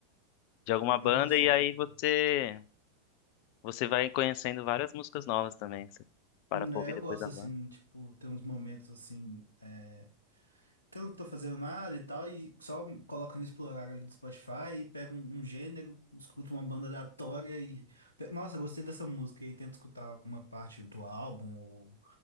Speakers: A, on the left; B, on the left.
A: de alguma banda
B: eu gosto
A: e aí
B: de.
A: você Você vai conhecendo várias músicas novas também. Você para
B: Né,
A: pra ouvir
B: eu
A: depois
B: gosto,
A: da banda.
B: assim, tipo, ter uns momentos, assim. é, que eu não tô fazendo nada e tal, e só coloco no explorar ali do Spotify e pego um, um gênero, escuto uma banda aleatória e. pe- Nossa, gostei dessa música e tento escutar uma parte do álbum, ou